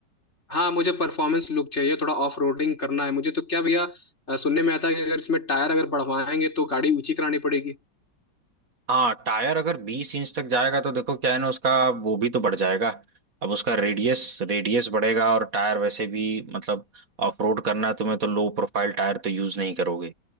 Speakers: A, on the left (about 40°); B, on the right (about 55°).
A: हाँ मुझे परफॉर्मेंस लुक चाहिए थोड़ा ऑफ रोडिंग करना है मुझे तो क्या भैया अ, सुनने में आता है कि अगर इसमें टायर अगर बढ़वाएंगे तो गाड़ी ऊंची करानी पड़ेगी
B: हाँ टायर अगर बीस इंच तक जाएगा तो देखो क्या है ना उसका वो भी तो बढ़ जाएगा अब उसका रेडियस रेडियस बढ़ेगा और टायर वैसे भी मतलब ऑफ रोड करना है तुम्हें तो लो प्रोफाइल टायर तो यूज नहीं करोगे